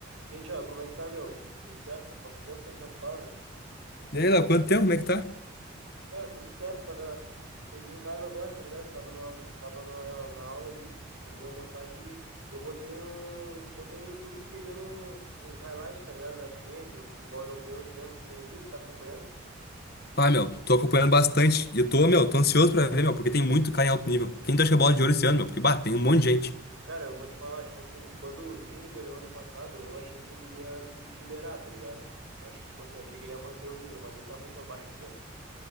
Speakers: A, on the right; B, on the left.
A: E aí, Thiago, como é que tá, meu? Tudo certo? Faz tempo que a gente não se fala, né?
B: E aí, Léo, quanto tempo? Como é que tá?
A: Cara, tudo certo. Tava... Cheguei em casa agora, tá ligado? Tava, numa... Tava numa... na aula ali e vim almoçar aqui. Eu botei um... botei no YouTube e fiquei vendo uns highlights, tá ligado? Da Champions, futebol europeu esse ano. Tu tem visto? Tá acompanhando?
B: Pá, meu, tô acompanhando bastante. E eu tô, meu, tô ansioso pra ver, meu, porque tem muito cara em alto nível. Quem tu acha que é bola de ouro esse ano, meu? Porque, bah, tem um monte de gente.
A: Cara, eu vou te falar, tipo assim, quando o Vini ganhou ano passado, eu achei que ele ia enfileirar, tá ligado? Eu achei, tipo assim, eu achei que ele ia manter o nível, mas ele tá muito abaixo esse ano.